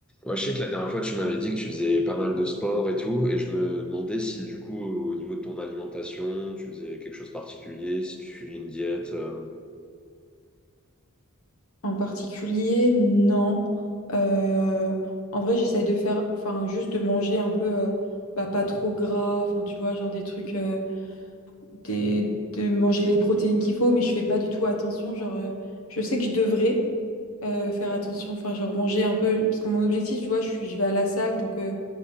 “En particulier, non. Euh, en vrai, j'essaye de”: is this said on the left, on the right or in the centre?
Left